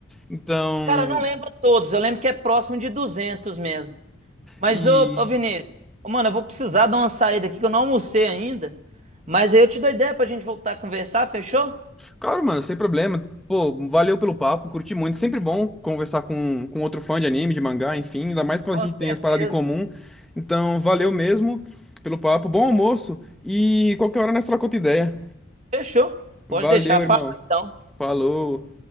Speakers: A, in the centre; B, on the right.
A: Então.
B: Cara, eu não lembro todos, eu lembro que é próximo de 200 mesmo. Mas,
A: E.
B: ô, ô Vinícius, ô, mano, eu vou precisar dar uma saída aqui que eu não almocei ainda. Mas aí eu te dou ideia pra gente voltar a conversar, fechou?
A: Claro, mano, sem problema. Pô, valeu pelo papo, curti muito. Sempre bom conversar com, com outro fã de anime, de mangá, enfim. Ainda mais quando
B: Com
A: a gente
B: certeza.
A: tem as paradas em comum. Então, valeu mesmo pelo papo. Bom almoço. E qualquer hora nós trocamos outra ideia.
B: Fechou.
A: Valeu,
B: Pode deixar. Fala
A: irmão.
B: então.
A: Falou.